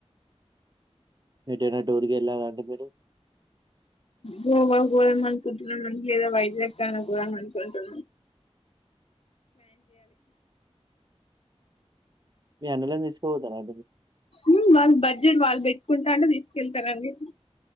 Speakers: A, on the right; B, on the left.
A: ఎటైనా డోల్కి వెళ్ళావండి మీరు
B: గోవోద మ అకుంట్రు మద వైద్య్ కారణ పోదా అంతకుంటు
A: మీ అన నిసుకోదా అ
B: ఉమ్, వాళ్ళు బడ్జెట్ వాళ్ళు పెట్టుకుంటా అంటే తీసుకెళ్తారండి